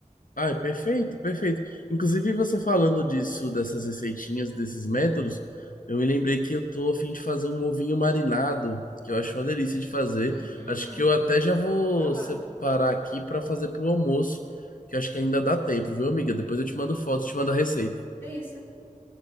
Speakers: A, on the left (about 75°); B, on the left (about 15°).
A: Ah, perfeito, perfeito. Inclusive, você falando disso, dessas receitinhas, desses métodos, eu me lembrei que eu tô a fim de fazer um ovinho marinado, que eu acho uma delícia de fazer.
B: Hum, hum.
A: Acho que eu até já vou
B: vai lá.
A: separar aqui pra fazer pro almoço, que eu acho que ainda dá tempo, viu, amiga? Depois eu te mando foto,
B: vai lá.
A: te mando a receita.
B: É isso.